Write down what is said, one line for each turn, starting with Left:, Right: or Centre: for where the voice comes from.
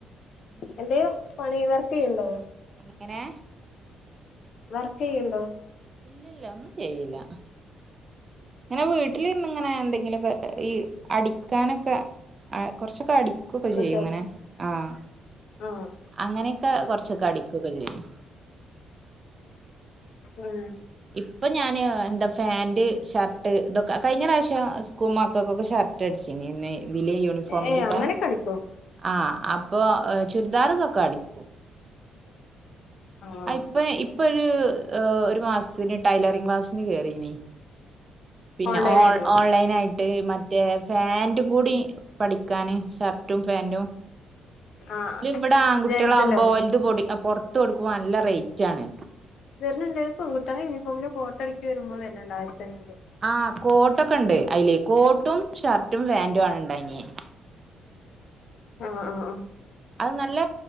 Left: എന്തേ പണി വർക്ക് ചെയ്യ്ണ്ടോ
Right: എങ്ങനെ
Left: വർക്ക് ചെയ്യ്ണ്ടോ
Right: ഇല്ലില്ല ഒന്നും ചെയ്യില്ല ഇങ്ങനെ വീട്ടിലിര്ന്ന് ഇങ്ങനെ എന്തെങ്കിലൊക്കെ ഈ അടിക്കാനൊക്കെ അഹ് കൊറച്ചൊക്കെ അടിക്കൊക്കെ ചെയ്യും
Left: കിട്ടോ
Right: ഇങ്ങനെ ആഹ്
Left: ആഹ്
Right: അങ്ങനെക്കെ കൊറച്ചൊക്കെ അടിക്കൊക്കെ ചെയ്യും
Left: ആഹ്
Right: ഇപ്പൊ ഞാന് എന്താ ഫാന്റ് ഷർട്ട് ഇതൊക്കെ കഴിഞ്ഞ പ്രാവശ്യം സ്കൂൾ മക്കക്കൊക്കെ ഷർട് ട്ട് അടിച്ചിനി ഇതില് യൂണിഫോമിന്റെ
Left: ഏ
Right: ഒക്കെ
Left: അങ്ങനെക്കെ അടിക്കോ
Right: ആഹ് അപ്പൊ ചുരിദാർ ഇതൊക്കെ അടിക്കും
Left: ആഹ്
Right: അഹ് ഇപ്പ ഇപ്പൊരു ഒരു മാസത്തിന് ടൈലറിങ് ക്ലാസിന് കേറീനി പിന്നെ
Left: ഓൺലൈൻ
Right: ഓൾ
Left: ആയിട്ടോ
Right: ഓൺലൈൻ ആയിട്ട് മറ്റേ ഫാന്റും കൂടി പഠിക്കാന് ഷർട്ടും പാന്റും
Left: ആഹ്
Right: ലിവിട ആങ്കുട്ടികളാകുമ്പോ
Left: ജെൻസിന്റോ
Right: ഓല്ത് പൊടി പൊറത്ത് കൊടുക്കുമ്പം നല്ല റേറ്റ് ആണ്
Left: വര്ണ്ണ്ണ്ട് പെൺകുട്ടികളെ യൂനിഫോമിന്റെ കോട്ട അടക്കി വരുമ്പോ തന്നെണ്ട് ആയിരത്തി അഞ്ഞൂറ്
Right: ആഹ് കോട്ടൊക്കെണ്ട് അയ്ല് കോട്ടും ഷർട്ടും പാന്റും ആണ് ഉണ്ടായിഞ്ഞെ
Left: ആഹ് ആഹ് ആഹ്
Right: അത് നല്ല